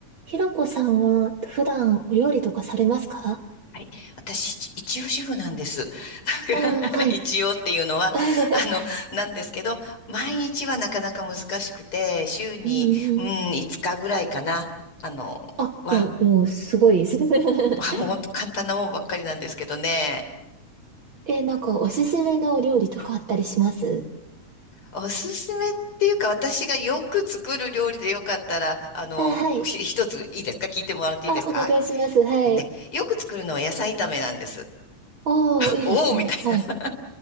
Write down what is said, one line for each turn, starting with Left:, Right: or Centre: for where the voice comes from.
Right: ひろこさんは普段お料理とかされますかあ
Left: はい。私、一一応主婦なんです。<laughs>
Right: あー、はい。
Left: 一応っていうのは、
Right: <laughs>
Left: あの、なんですけど、毎日はなかなか難しくて、週に、
Right: うんうん。
Left: うん、5日ぐらいかな。あの、
Right: あ、
Left: は、
Right: いや、もうすごいです。<laughs>
Left: <laughs> はもう本当簡単なもんばっかりなんですけどね。
Right: え、なんかおすすめのお料理とかあったりします
Left: おすすめっていうか、私がよく作る料理でよかったら、あの、
Right: あ、はい。
Left: ひ一ついいですか聞いてもらっていいですかえ
Right: あ、お願いします。はい。
Left: っとね、よく作るのは野菜炒めなんです。
Right: ああ、
Left: <laughs>
Right: いいですね。
Left: おおみたいな
Right: はい。